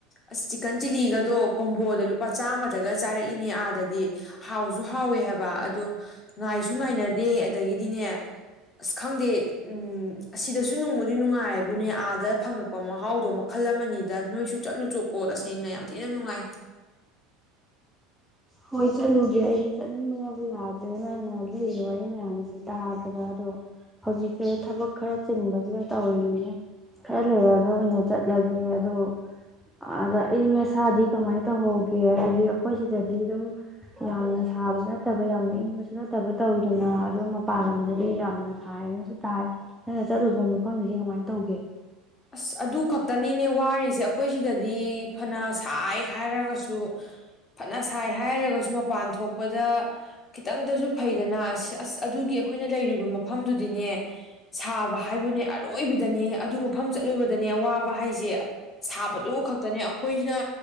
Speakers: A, on the left; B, in the centre.
A: ꯑꯁ ꯆꯤꯛꯀꯟ ꯆꯤꯂꯤꯒꯗꯣ ꯀꯣꯝꯕꯣꯗ ꯂꯨꯄꯥ ꯆꯥꯝꯃꯗꯒ ꯆꯥꯔꯛꯏꯅꯦ ꯑꯥꯗꯗꯤ ꯍꯥꯎꯁꯨ ꯍꯥꯎꯋꯦ ꯍꯥꯏꯕ ꯑꯗꯣ ꯉꯥꯏꯁꯨ ꯉꯥꯏꯅꯗꯦ ꯑꯗꯒꯤꯗꯤꯅꯦ ꯑꯁ ꯈꯪꯗꯦ ꯎꯝ ꯑꯁꯤꯗꯁꯨ ꯅꯨꯡꯕꯨꯗꯤ ꯅꯨꯡꯉꯥꯏꯕꯨꯅꯦ ꯑꯥꯗ ꯐꯪꯉꯛꯄ ꯃꯍꯥꯎꯗꯣ ꯃꯈꯜ ꯑꯃꯅꯤꯗ ꯅꯣꯏꯁꯨ ꯆꯠꯂꯨꯁꯨ꯭ꯔꯀꯣ ꯇꯁꯦꯡꯅ ꯌꯥꯝ ꯊꯤꯅ ꯅꯨꯡꯉꯥꯏ
B: ꯍꯣꯏ ꯆꯠꯂꯨꯒꯦ ꯑꯩꯗꯤ ꯆꯠꯅꯤꯡꯕꯅꯕꯨ ꯌꯥꯗ꯭ꯔꯦ ꯅ ꯑꯩꯅ ꯂꯤ ꯋꯥꯔꯤ ꯃꯌꯥꯝꯁꯦ ꯇꯥꯕꯗ ꯑꯗꯣ ꯍꯧꯖꯤꯛꯁꯦ ꯊꯕꯛ ꯈꯔ ꯆꯤꯟꯕꯁꯤꯗ ꯇꯧꯔꯤꯅꯤ ꯈꯔ ꯂꯩꯔꯒ ꯑꯣꯏꯅ ꯆꯠꯂꯒꯦ ꯑꯗꯣ ꯑꯗ ꯑꯌ ꯑꯁꯥꯗꯤ ꯀꯃꯥꯏꯅ ꯇꯧꯍꯧꯒꯦ ꯍꯥꯏꯕꯗꯤ ꯑꯩꯈꯣꯏ ꯁꯤꯗ ꯗꯤ ꯑꯗꯨꯝ ꯌꯥꯝꯅ ꯁꯥꯕꯁꯨ ꯅꯠꯇꯕ ꯌꯥꯝꯅ ꯏꯪꯕꯁꯨ ꯅꯠꯇꯕ ꯇꯧꯋꯤꯗꯅ ꯑꯗꯨꯝ ꯃꯄꯥꯟ ꯂꯝꯗꯗꯤ ꯌꯥꯝꯅ ꯊꯥꯏꯅꯁꯨ ꯇꯥꯏ ꯅꯪꯅ ꯆꯠꯂꯨꯕ ꯃꯐꯝꯗꯨꯗꯤ ꯀꯃꯥꯏꯅ ꯇꯧꯒꯦ
A: ꯑꯁ ꯑꯗꯨ ꯈꯛꯇꯅꯤꯅꯦ ꯋꯥꯔꯤꯁꯦ ꯑꯩꯈꯣꯏ ꯁꯤꯗꯗꯤ ꯐꯅ ꯁꯥꯏ ꯍꯥꯏꯔꯒꯁꯨ ꯐꯅ ꯁꯥꯏ ꯍꯥꯏꯔꯒꯁꯨ ꯃꯄꯥꯟ ꯊꯣꯛꯄꯗ ꯈꯤꯇꯪꯗꯁꯨ ꯐꯩꯗꯅ ꯑꯁ ꯑꯁ ꯑꯗꯨꯒꯤ ꯑꯩꯈꯣꯏꯅ ꯂꯩꯔꯤꯕ ꯃꯐꯝꯗꯨꯗꯤꯅꯦ ꯁꯥꯕ ꯍꯥꯏꯕꯨꯅꯦ ꯑꯔꯣꯏꯕꯤꯗꯅꯦ ꯑꯗꯨ ꯃꯐꯝ ꯆꯠꯂꯨꯕꯗꯅꯦ ꯑꯋꯥꯕ ꯍꯥꯏꯁꯦ ꯁꯥꯕꯗꯨ ꯈꯛꯇꯅꯦ ꯑꯩꯈꯣꯏꯅ